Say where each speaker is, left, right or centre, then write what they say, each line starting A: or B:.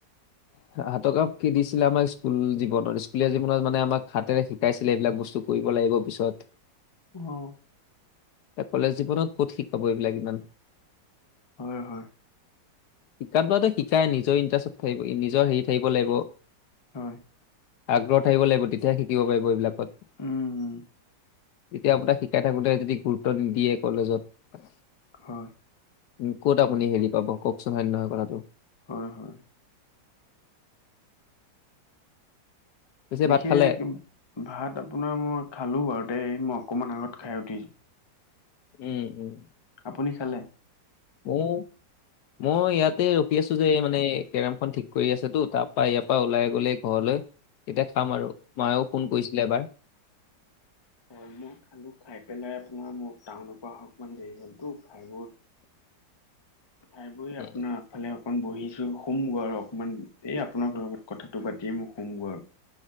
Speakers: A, on the left; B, on the left.
A: <inaudible> হাতৰ কাম কি দিছিলে আমাক স্কুল জীৱনত স্কুলীয়া জীৱনত মানে আমাক হাতেৰে শিকাইছিলে এইবিলাক বস্তু কৰিব। লাগিব পিছত।
B: <unintelligible>
A: এ কলেজ জীৱনত ক'ত শিকাব এইবিলাক ইমান।
B: হয়, হয়।
A: শিকাত বাৰুতে শিকাই নিজৰ ইণ্টাৰেষ্টত থাকিব নিজৰ হেৰি থাকিব লাগিব।
B: হয়,
A: আগ্ৰহ থাকিব লাগিব তেতিয়াহে শিকিব পাৰিব এইবিলাকত।
B: উম,
A: এতিয়া আপোনাক শিকাই থাকোতে যদি গুৰুত্ব নিদিয়ে কলেজত
B: হয়।
A: উম, ক'ত আপুনি হেৰি পাব কওকচোন হয় নে নহয় কথাটো? <inaudible>
B: হয়, হয়।
A: পিছে
B: বিশেষ
A: ভাত খালে
B: ভাত আপোনাৰ মই খালো বাৰুতে মই অকমান আগত খাই উঠিছ
A: উম-উম
B: আপুনি খালে?
A: উ মই ইয়াতে ৰখি আছো যে মানে কেৰমখন ঠিক কৰি আছেতো তাৰ পৰা ইয়াৰ পৰা ওলাই গ'লেই ঘৰলৈ তেতিয়া খাম আৰু মায়েও ফোন কৰিছিলে এবাৰ।
B: হম, মই খালোঁ খাই পেলাই আপোনাৰ মোৰ টাউনৰ পৰা অহা অকনমান দেৰি হ'লতো ভাইবোৰ
A: <inaudible>
B: খাই বই
A: উম
B: আপোনাৰ আগফালে আহক অকণ বহিছো শুম গৈ আৰু অকমান এই আপোনাৰ লগত কথাটো পাতিম শুম গৈ আৰু।